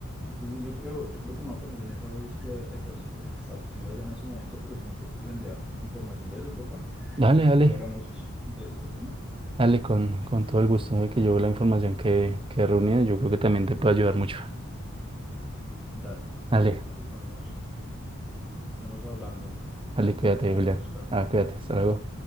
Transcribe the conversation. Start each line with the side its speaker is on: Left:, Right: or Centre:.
Centre: entonces yo creo, yo creo que me voy a poner en esa búsqueda exhaus- exhaustiva ya en ese momento, pero tú me puedes enviar información de eso, porfa,
Right: Dale,
Centre: y después
Right: dale,
Centre: hablamos de- del tema.
Right: dale, con, con todo el gusto de que yo la información que, que he reunido, yo creo que también te puede ayudar mucho.
Centre: Dale, bueno,
Right: Dale,
Centre: entonces estamos, estamos hablando.
Right: dale,
Centre: No
Right: cuídate,
Centre: le echo
Right: Julián.
Centre: Oscar.
Right: Ah, cuídate, hasta luego.